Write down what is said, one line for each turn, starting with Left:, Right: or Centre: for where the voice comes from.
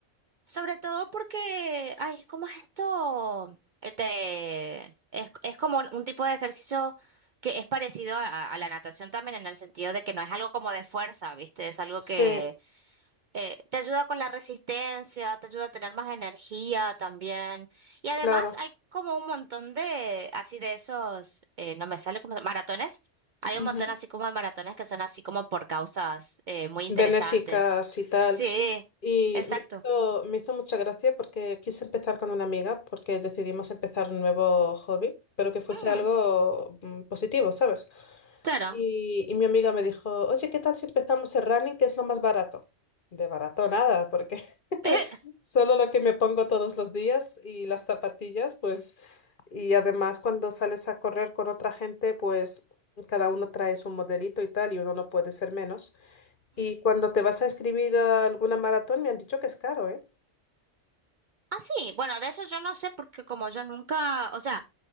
Right: Sobre todo porque, ay, ¿cómo es esto? Este, es, es como un, un tipo de ejercicio que es parecido a, a- a la natación también en el sentido de que no es algo como de fuerza, ¿viste? Es algo
Left: Sí,
Right: que eh, te ayuda con la resistencia, te ayuda a tener más energía también. Y además
Left: claro.
Right: hay como un montón de, así de esos, eh, no me sale como, maratones. Hay
Left: Ujú.
Right: un montón así como de maratones que son así como por causas eh, muy interesantes.
Left: Benéficas y tal.
Right: Sí,
Left: Y
Right: exacto.
Left: me hizo, me hizo mucha gracia porque quise empezar con una amiga, porque decidimos empezar un nuevo hobby, pero que fuese
Right: Ujú.
Left: algo mm, positivo, ¿sabes?
Right: Claro.
Left: Y, y mi amiga me dijo, oye, ¿qué tal si empezamos el running, que es lo más barato? De barato nada, porque <laughs>
Right: <laughs>
Left: solo lo que me pongo todos los días y las zapatillas, pues, y además cuando sales a correr con otra gente, pues cada uno trae su modelito y tal, y uno no puede ser menos. Y cuando te vas a escribir a alguna maratón, me han dicho que es caro, ¿eh?
Right: Ah, sí, bueno, de eso yo no sé porque como yo nunca, o sea,